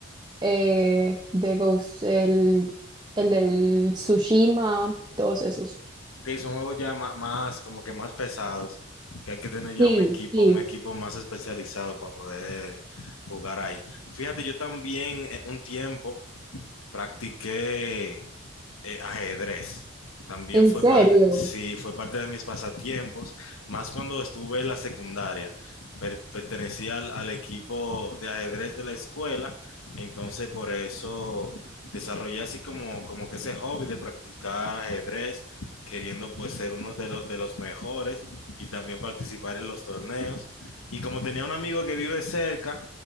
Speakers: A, on the right (about 20°); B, on the left (about 75°).
A: eh, The Ghost, el, el del Tsushima, todos esos.
B: Ok, son juegos ya ma- más, como que más pesados, que hay que tener ya
A: Sí,
B: un equipo,
A: sí,
B: un equipo más especializado para poder jugar ahí. Fíjate, yo también eh, un tiempo Practiqué eh, ajedrez. También
A: en
B: fue
A: serio.
B: parte, sí, fue parte de mis pasatiempos, más cuando estuve en la secundaria. Per- pertenecía al, al equipo de ajedrez de la escuela, entonces por eso desarrollé así como, como que ese hobby de practicar ajedrez, queriendo pues ser uno de, los de los mejores y también participar en los torneos. Y como tenía un amigo que vive cerca,